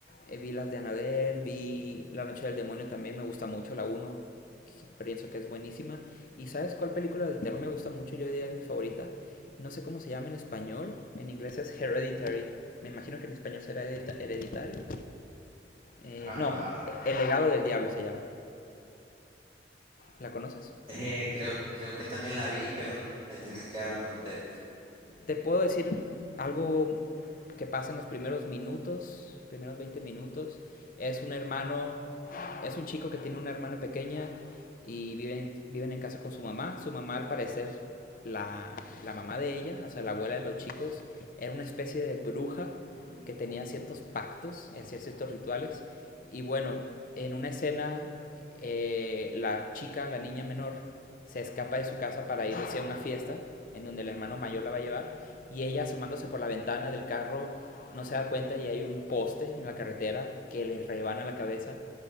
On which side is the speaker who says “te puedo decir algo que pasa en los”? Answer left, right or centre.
Left